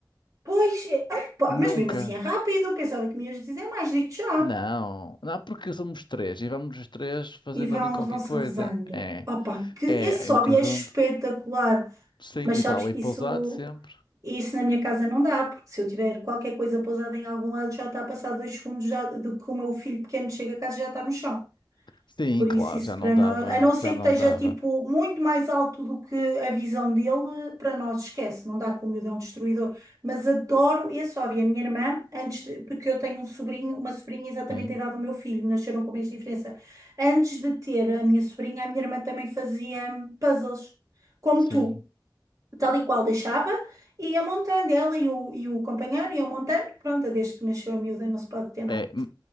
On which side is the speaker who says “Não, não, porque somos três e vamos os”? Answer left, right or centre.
Left